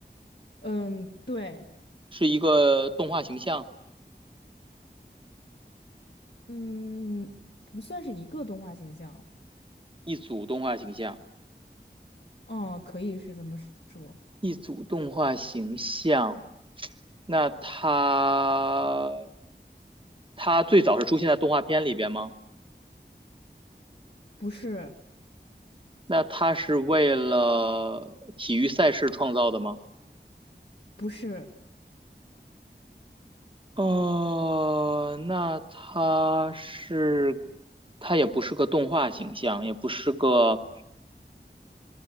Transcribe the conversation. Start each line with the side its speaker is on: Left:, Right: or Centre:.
Left: 嗯，对，
Right: 是一个动画形象，
Left: 嗯，不算是一个动画形象，
Right: 一组动画形象，
Left: 哦，可以是这么说，
Right: 一组动画形象。那它它最早是出现在动画片里边吗？
Left: 不是
Right: 那它是为了体育赛事创造的吗？
Left: 不是，
Right: 哦，那它是，它也不是个动画形象，也不是个，